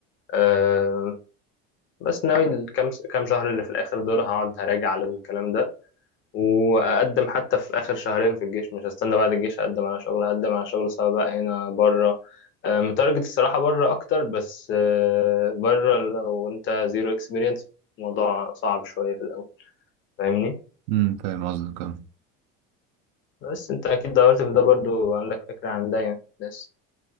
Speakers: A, on the left (about 40°); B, on the right (about 70°).
A: آه، بس ناوي الكام كام شهر اللي في الاخر دول هقعد هراجع على الكلام ده واقدم حتى في اخر شهرين في الجيش مش هستنى بعد الجيش اقدم على شغل هقدم على شغل سواء بقى هنا بره آه، متارجت الصراحه بره اكتر بس آه، بره لو انت زيرو اكسبيرينس الموضوع صعب شويه في الاول فاهمني
B: امم فاهم قصدك اه
A: بس انت اكيد دورت في ده برضو عندك فكره عن ده يعني بس